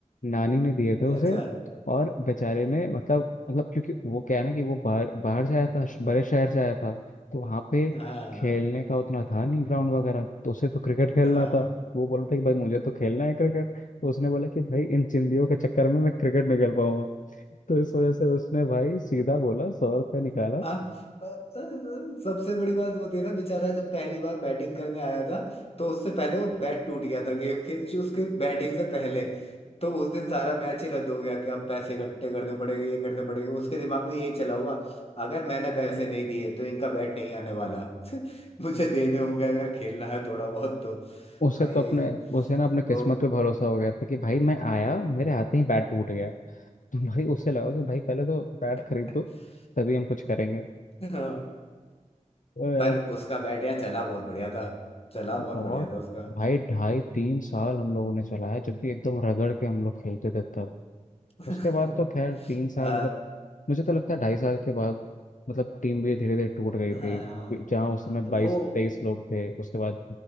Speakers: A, on the left; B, on the left.
A: नानी ने दिए थे उसे
B: अच्छा
A: और बेचारे ने मतलब मतलब क्योंकि वो क्या है ना कि वो बाहर बाहर से आया था श- बड़े शहर से आया था तो वहाँ पे
B: हाँ
A: खेलने का उतना था नहीं ग्राउंड वगैरह तो उसे तो क्रिकेट खेलना
B: हाँ
A: था वो बोला था कि भाई मुझे तो खेलना है क्रिकेट तो उसने बोला कि भाई इन चिंदियों के चक्कर में मैं क्रिकेट नहीं खेल पाऊंगा तो इस वजह से उसने भाई सीधा बोला सौ रुपये निकाला
B: हाँ, अ, अ, सबसे बड़ी बात वो थी ना बेचारा जब पहली बार बैटिंग करने आया था तो उससे पहले वो बैट टूट गया था गेम के उसके बैटिंग से पहले तो उस दिन सारा मैच ही रद्द हो गया कि अब पैसे इकट्ठे करने पड़ेंगे ये करने पड़ेंगे उसके दिमाग में ये चला हुआ अगर मैंने पैसे नहीं दिए तो इनका बैट नहीं आने वाला <laughs> मुझे देने होंगे अगर खेलना है थोड़ा बहुत तो
A: उसे
B: अरे
A: तो अपने उसे ना अपने किस्मत
B: वो
A: पे भरोसा हो गया था कि भाई मैं आया मेरे हाथ में ही बैट टूट गया <laughs> तो भाई उसे लगा कि भाई पहले तो बैट
B: <laughs>
A: खरीद दो तभी हम कुछ करेंगे
B: हाँ,
A: तो यार
B: पर उसका बैट यार चला बहुत बढ़िया था चला बहुत
A: बहुत
B: बढ़िया था उसका
A: भाई ढाई तीन साल हम लोगों ने चलाया जब भी एकदम रगड़ के हम लोग खेलते थे तब
B: <laughs>
A: उसके बाद तो खैर तीन साल
B: आ,
A: मतलब मुझे तो लगता है ढाई साल के बाद मतलब टीम भी धीरे धीरे टूट गई थी
B: हाँ
A: जहाँ उस समय
B: वो
A: बाईस तेईस लोग थे उसके बाद